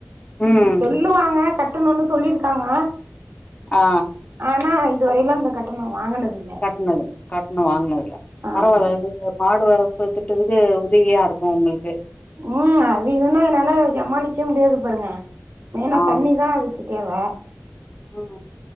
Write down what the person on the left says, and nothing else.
ம்
ஆ
அது
கட்னதுல்ல கட்ன வாங்கனதுல்ல
பரவால்ல இது ஆடு வளப்பு திட்டத்துக்கு உதவியா இருக்கு உங்குளுக்கு
ஆ
ம்